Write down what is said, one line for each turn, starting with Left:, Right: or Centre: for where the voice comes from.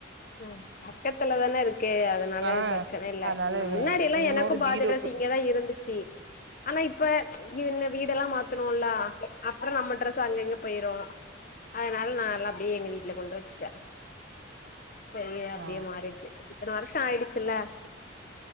Left: ம் பக்கத்துல தானே இருக்கு அதனால
Right: ஆ
Left: பிரச்சன இல்ல
Right: அதனால
Left: இன்னு முன்னாடிலா
Right: எ என்னோட
Left: எனக்கு பாதி
Right: பீரோக்கு
Left: ட்ரெஸ் இங்கதா இருந்துச்சு ஆனா இப்ப வீடெல்லா மாத்தனோன்லா அப்புறொ நம்ம ட்ரெஸ் அங்கங்க போயிரு அதனால நா நால்லா அப்டியே எங்க வீட்ல கொண்டு வெச்சுட்டே சய அப்டியே
Right: ஆ
Left: மாறிடுச்சு இத்தன வருஷ ஆயிடுச்சுல்ல